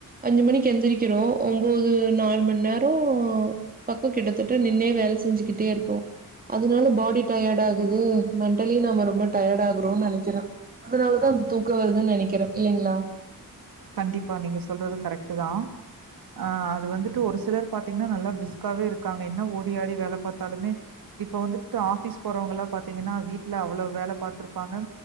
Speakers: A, on the right; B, on the right.
A: அஞ்சு மணிக்கு எழுந்திரிக்கிறோம் ஒன்போது நாலு ஒரு மண் நேரோ பக்கம் கிட்டத்தட்ட நின்னே வேலை செஞ்சுக்கிட்டே இருக்கோ அதனால பாடி டயர்ட் ஆகுது மென்டலி நம்ம ரொம்ப டயர்ட் ஆகுறோம்னு நெனைக்கிறே அதனாலதா அந்த தூக்க வருதுன்னு நெனைக்கிறேன் இல்லைங்ளா
B: கண்டிப்பா நீங்க சொல்றது கரெக்ட் தான் ஆ அது வந்துட்டு ஒரு சிலர் பாத்தீங்கன்னா நல்லா பிரிஸ்க்காவே இருக்காங்க இன்ன ஓடி ஆடி வேல பாத்தாலுமே இப்போ வந்துட்டு ஆஃபீஸ் போறவங்கல்லா பாத்தீங்கன்னா வீட்ல அவ்ளோவு வேல பாத்துருப்பாங்க